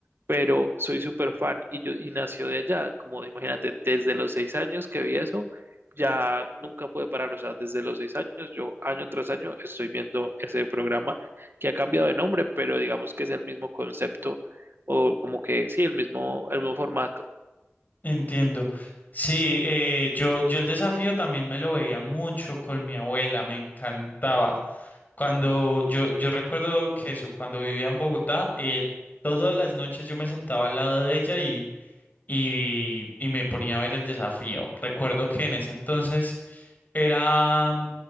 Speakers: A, on the right (about 50°); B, on the left (about 35°).
A: pero soy súper fan y yo y nació de allá, como imagínate, desde los seis años que vi eso, ya nunca pude parar, o sea, desde los seis años, yo año tras año estoy viendo ese programa que ha cambiado de nombre, pero digamos que es el mismo concepto o como que sí, el mismo, el mismo formato.
B: entiendo. Sí, eh, yo, yo el desafío también me lo veía mucho con mi abuela, me encantaba. Cuando yo, yo recuerdo que eso, cuando vivía en Bogotá, eh, todas las noches yo me sentaba al lado de ella y, y, y me ponía a ver el desafío. Recuerdo que en ese entonces... Era,